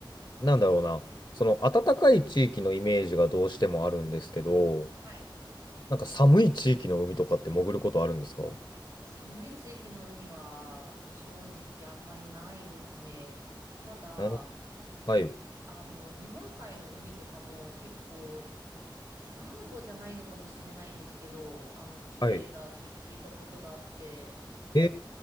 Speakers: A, on the left; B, on the right.
A: なんだろうな、その暖かい地域のイメージがどうしてもあるんですけど、
B: はい。
A: なんか寒い地域の海とかって潜ることあるんですか
B: 寒い地域の海は正直あんまりないですね。ただ、
A: うんはい。
B: あの、日本海の海とかも結構い、サンゴじゃないのかもしれないんですけど、あの、綺麗だって聞いたことがあって、
A: はいえ